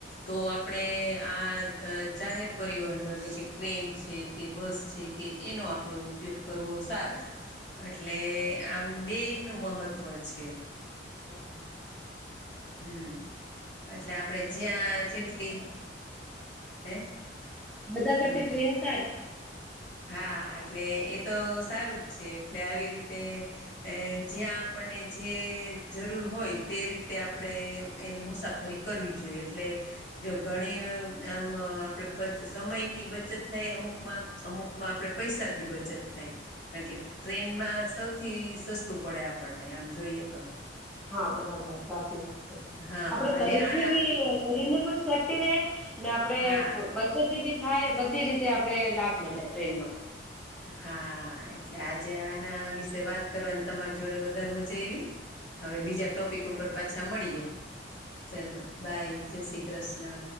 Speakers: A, on the left (about 70°); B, in the centre.
A: તો આપણે આ <unintelligible> જાહેર પરિવહનનો એટલે કે ટ્રેન છે કે બસ છે કે એનો આપડે ઉપયોગ કરવો સારો.
B: <inaudible>
A: એટલે આમ બેય નું મહત્ત્વ છે.
B: હમ,
A: હમ, એટલે આપણે
B: બધા
A: જ્યાં
B: કરતી ટ્રેન
A: જેટલી
B: સારી,
A: હે
B: બધા કરતા
A: હમ
B: ટ્રેન સારી.
A: હા, એટલે એ તો સારું જ છે એટલે આવી રીતે અ જ્યાં આપણને જે જરૂર હોય તે રીતે આપણે એને મુસાફરી ફરી કરવી જોઈએ એટલે જો ઘણી આમ આપડે સમયની બચત થાય. અમુકમાં અમુક માં આપણે પૈસાથી બચત થાય. કારણ કે ટ્રેન સૌથી સસ્તું પડે આપણને એમ, જોઈએ તો
B: હા, બરાબર સાચી વાત છે.
A: હા
B: આપડે શરીરની
A: અને આરા
B: બી શરીરની પણ સેફ્ટી રહેે ને આપડે
A: હા
B: બચત બી થાય બધી રીતે આપડે લાભ મળે ટ્રેનમાં.
A: હા, એટલે આજે આના વિશે વાત કરવાની તમારી જોડે વધારે મજા આયવી. હવે બીજા ટોપિક ઉપર પાછા મળીએ. ચલો બાય. જય શ્રી કૃષ્ણ.